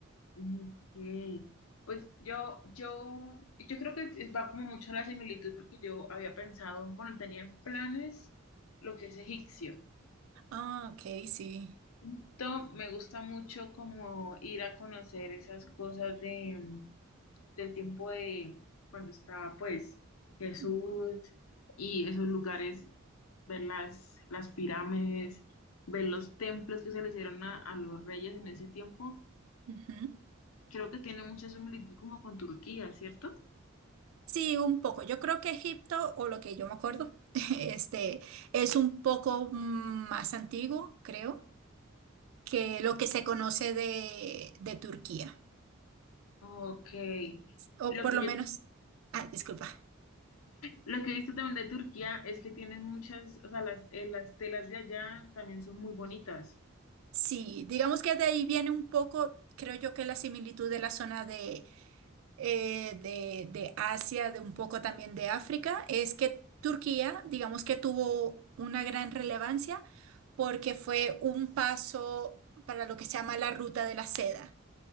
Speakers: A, on the left; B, on the right.
A: Ok. Pues yo, yo, yo creo que es- va como mucho a la similitud porque yo había pensado, bueno, tenía en planes lo que es egipcio.
B: Ah, ok, sí.
A: Entonces, me gusta mucho como ir a conocer esas cosas de, del tiempo de cuando estaba pues Jesús
B: Mm,
A: y esos lugares, ver las, las pirámides, ver los templos que se le hicieron a, a los reyes en ese tiempo.
B: ujú.
A: Creo que tiene mucha similitud como con Turquía, ¿cierto?
B: Sí, un poco. Yo creo que Egipto, o lo que yo me acuerdo, <laughs> este, es un poco más antiguo, creo, que lo que se conoce de, de Turquía,
A: Ok.
B: o
A: Lo
B: por
A: que
B: lo
A: yo,
B: menos, ah, disculpa.
A: lo que he visto también de Turquía es que tienen muchas, o sea, las, eh, las telas de allá también son muy bonitas.
B: Sí, digamos que de ahí viene un poco, creo yo que la similitud de la zona de, eh, de, de Asia, de un poco también de África, es que Turquía, digamos que tuvo una gran relevancia porque fue un paso para lo que se llama la ruta de la seda.